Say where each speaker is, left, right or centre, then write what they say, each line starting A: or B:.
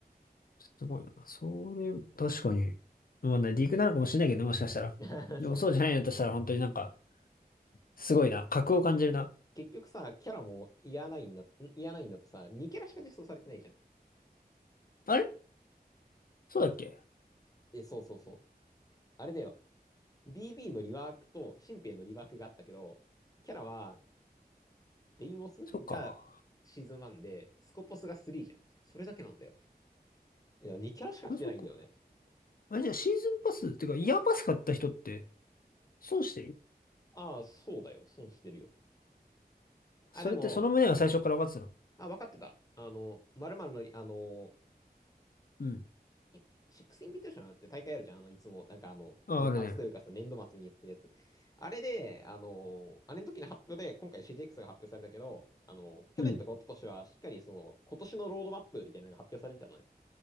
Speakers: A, on the left; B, on the left.
A: すごいな。それ、確かに。まあね、リークなのかもしれないけどね、もしかしたら。
B: た。
A: でもそうじゃないのとしたら、
B: <laughs> そうね。
A: 本当になんか、すごいな。格を感じるな。
B: 結局さ、キャラもイヤーナインだ、んイヤーナインだとさ、2キャラしか実装されてないじゃん。
A: あれそうだっけ
B: え、そうそうそう。あれだよ。BB のリワークと新兵のリワークがあったけど、キャラはデイモスがシーズン1で、
A: そっか。
B: スコポスが3じゃん。それだけなんだよ。いや、2キャラしか来てないんだよね。
A: あ、そっか。あれじゃあ、シーズンパス、っていうか、イヤーパス買った人って、損してる
B: ああ、そうだよ。損してるよ。あ、
A: それってその旨は最初から分かってたの
B: でも、あ、分かってた。あの、まるまるのあの、
A: うん。
B: いシックスインビテーションって大会あるじゃん。あの、いつも、なんかあの、
A: あ、
B: 年末というかさ、
A: あるね。
B: 年度末にやってるやつ。あれで、あの、あれの時の発表で、今回 CGX が発表されたけど、あの、去年とか一昨年はしっかりその、
A: うん。
B: 今年のロードマップみたいなのが発表されてたのよ。